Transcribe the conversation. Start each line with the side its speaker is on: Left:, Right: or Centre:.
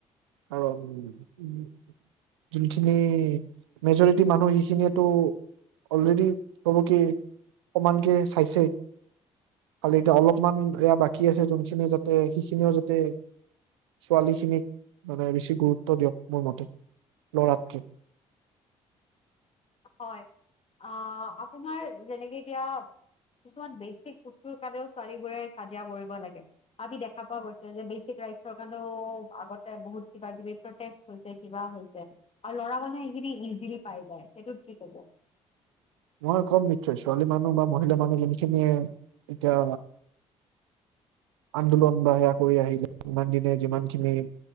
Right: কাৰণ উম, যোনখিনি মেজৰিটি মানুহ সেইখিনিয়েতো অলৰেডি কব কে, সমানকে চাইছেই। খালি এতিয়া অলপমান এয়া বা শিকি আছে যোনখিনি যাতে সিখিনিও যাতে ছোৱালী খিনিক মানে বেছি গুৰুত্ব দিয়ক মোৰ মতে লৰাতকে।
Left: হয়। অ', আপোনাৰ যেনেকে এতিয়া কিছুমান বেছিক বস্তুৰ কাৰণেও ছোৱালীবোৰে কাজিয়া কৰিব লাগে। আমি দেখা পোৱা গৈছে যে বেছিক ৰাইটছৰ কাৰণেও আগতে বহুত কিবা-কিবি প্ৰটেষ্ট হৈছে, কিবা হৈছে। আৰু ল'ৰা মানুহে সেইখিনি ইজিলি পাই যায়। সেইটোত কি কব?
Right: মই কম, নিশ্চয়, ছোৱালী মানুহ বা মহিলা মানুহ যোনখিনিয়ে এতিয়া আন্দোলন বা সেয়া কৰি আহিলে, ইমান দিনে যিমানখিনি